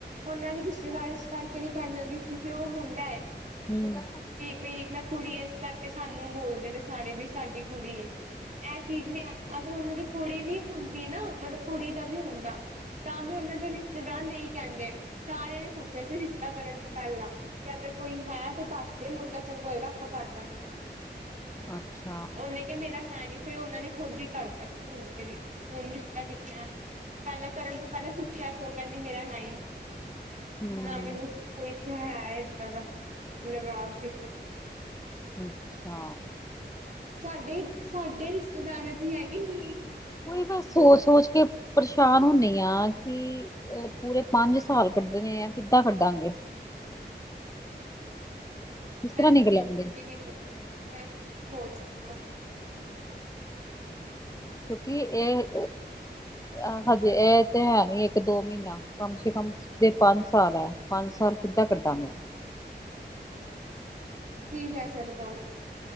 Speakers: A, on the right; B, on the left.
A: ਉਹਨਾਂ ਨੇ ਰਿਸ਼ਤੇਦਾਰ, ਇਸ ਕਰਕੇ ਨਹੀਂ ਕਹਿੰਦੇ, ਬੀ ਕੀਤੀ, ਕਿਉਂਕਿ ਉਹ ਮੁੰਡਾ ਹੈ।
B: ਹਮਮ
A: ਬਈ, ਮੈਂ ਕੁੜੀ ਆਂ, ਇਸ ਕਰਕੇ ਸਾਨੂੰ ਬੋਲਦੇ ਨੇ ਸਾਰੇ ਵੀ, ਸਾਡੀ ਕੁੜੀ ਐ, ਇਹ ਚੀਜ਼ ਨਹੀਂ ਅਗਰ ਉਹਨਾਂ ਦੀ ਕੁੜੀ ਵੀ ਹੁੰਦੀ ਨਾ, ਮਤਲਬ ਕੁੜੀ ਦਾ ਵੀ ਹੁੰਦਾ ਤਾਂ, ਵੀ ਉਹਨਾਂ ਦੇ ਰਿਸ਼ਤੇਦਾਰ ਨੇ, ਏਹੀ ਕਹਿੰਦੇ ਸਾਰਿਆਂ ਨੇ ਪੁੱਛਿਆ ਸੀ, ਰਿਸ਼ਤਾ ਕਰਨ ਤੋਂ ਪਹਿਲਾਂ ਕਹਿੰਦੇ, ਕੋਈ ਹੈ, ਤੇ ਦੱਸ ਦੇ ਮੁੰਡਾ ਚੰਗਾ ਹੋਏਗਾ, ਆਪਾਂ ਕਰ ਦਾਂਗੇ।
B: ਅੱਛਾ।
A: ਉਹਨੇ ਕਿਹਾ, ਮੇਰਾ ਹੈ ਨਹੀਂ, ਫੇਰ ਉਹਨਾਂ ਨੇ ਖੁਦ ਹੀ ਕਰਤਾ ਸੀ, ਪਿੰਡ ਤੇ ਰਿਸ਼ਤਾ, ਹੁਣ ਰਿਸ਼ਤਾ ਕੀਤਾ। ਪਹਿਲਾਂ ਕਰਨ ਤੋਂ ਪਹਿਲਾਂ ਪੁੱਛਿਆ ਸੀ, ਉਹ ਕਹਿੰਦੀ ਮੇਰਾ ਹੈ ਹੀ ਨਹੀਂ।
B: ਹੂੰ
A: ਨਾ, ਮੈਨੂੰ ਕੁਛ ਹੈ ਇੱਦਾਂ ਦਾ ਲਗਾਵ ਕਿਸ
B: ਅੱਛਾ।
A: ਸਾਡੇ, ਸਾਡੇ, ਰਿਸ਼ਤੇਦਾਰਾਂ ਦੀ ਹੈਗੀ ਨੀਜ
B: ਓਹੀ, ਬਸ ਸੋਚ- ਸੋਚ ਕੇ ਪਰੇਸ਼ਾਨ ਹੁੰਦੀ ਆ, ਕਿ ਪੂਰੇ ਪੰਜ ਸਾਲ ਕੱਢਣੇ ਆ, ਕਿੱਦਾਂ ਕੱਢਾਂਗੇ। ਕਿਸ ਤਰ੍ਹਾਂ
A: ਐ
B: ਨਿਕਲਾਂਗੇ
A: ਤੇ, ਮੈਨੂੰ ਵੀ ਨਹੀਂ ਪਤਾ, ਮੈਂ ਸੋਚਦੀ ਆਂ
B: ਕਿਉਂਕਿ, ਏ ਆਹ, ਹਜੇ ਇਹ ਤੇ ਹੈ ਨੀ, ਇੱਕ ਦੋ ਮਹੀਨਾ ਕਮ ਸੇ ਕਮ ਜੇ ਪੰਜ ਸਾਲ ਹੈ, ਪੰਜ ਸਾਲ ਕਿੱਦਾਂ ਕੱਢਾਂਗੇ।
A: ਕੀ, ਕਿਹ ਸਕਦੇ?